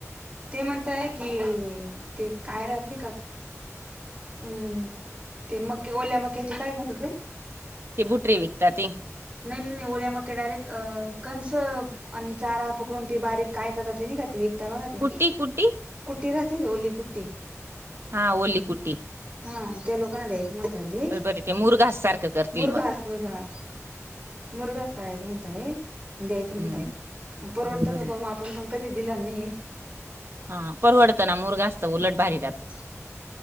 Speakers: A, on the right; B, on the right.
A: ते म्हणताय की ते काय राहत नाही का हम्म ते मक ओल्या मक्याचे काय कसं ते
B: <unintelligible>
A: नाही नाही नाही ओडि म ायरेक्ट अ कणस आणि चारा पकडून ते बारीक काय करतात खात एकदा बघा ते
B: कुट्टी कुट्टी
A: कुट्टी राच ओली कुट्टी
B: हा ओली कुटी
A: हा त्या लोकांना द्यायचे मझधी
B: बरोबर ते मुरघास सारखं करतील
A: मुरघास
B: मग
A: मुरघास मुलगाच कराायचा म्हणतय द्यायचं म्हणताय
B: हम्म
A: परवडतं
B: बरोबर
A: का बा म आपण पण कधी दिला नाही
B: हा परवडतं ना मुरगा असत उलट भारी राहतं
A: <inaudible>